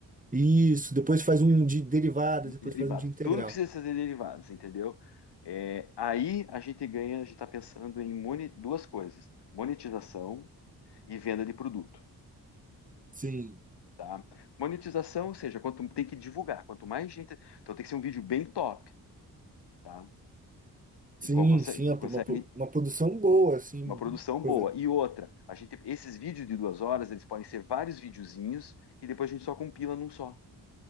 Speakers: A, on the right; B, on the left.
A: Isso. Depois faz um de derivada,
B: De
A: depois
B: derivado,
A: faz um de integral.
B: tudo precisa ser derivados, entendeu? É, aí a gente ganha, a gente está pensando em moni- duas coisas: monetização e venda de produto.
A: Sim.
B: Tá? Monetização, ou seja, quanto tem que divulgar, quanto mais gente. Então tem que ser um vídeo bem top. tá?
A: Sim,
B: E co- consegue,
A: sim. Uma,
B: consegue
A: uma uma produção boa, assim.
B: uma produção
A: prove-
B: boa. E outra, a gente, esses vídeos de duas horas, eles podem ser vários videozinhos que depois a gente só compila num só.